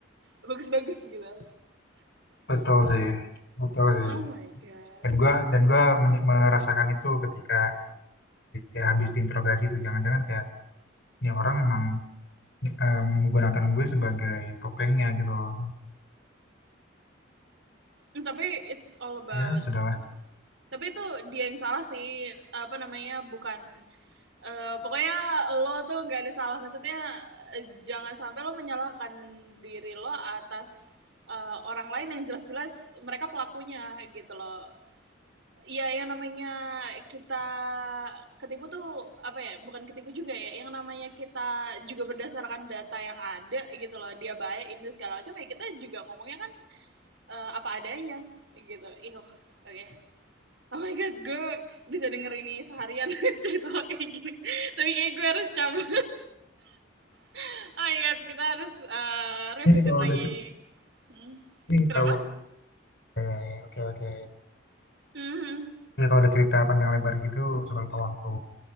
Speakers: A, on the right (about 70°); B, on the left (about 60°).
A: bagus-bagus gitu
B: betul sih betul sih
A: oh my god
B: dan gua dan gua menye- merasakan itu ketika ya habis diinterogasi itu jangan-jangan kayak ini orang emang eh, menggunakan gue sebagai topengnya gitu loh.
A: Mm, Tapi it's all about
B: ya sudahlah
A: tapi itu dia yang salah sih apa namanya bukan eh, pokoknya lo tuh gak ada salah maksudnya eh, jangan sampai lo menyalahkan diri lo atas eh, orang lain yang jelas-jelas mereka pelakunya gitu loh ya yang namanya kita ketipu tuh apa ya bukan ketipu juga ya yang namanya kita juga berdasarkan data yang ada gitu loh dia baik ini segala macam ya kita juga ngomongnya kan eh, apa adanya gitu ih oke Okay. oh my god gue bisa denger ini seharian <laughs> cerita lo kayak gini <laughs> tapi kayak gue harus cabut <laughs> oh my god kita harus eh, revisit
B: ini kalau
A: lagi
B: udah cerita
A: Hmm,
B: ini
A: kenapa
B: tahu ya, ya, oke oke
A: Mhm.
B: ya kalau udah cerita panjang lebar gitu soal waktu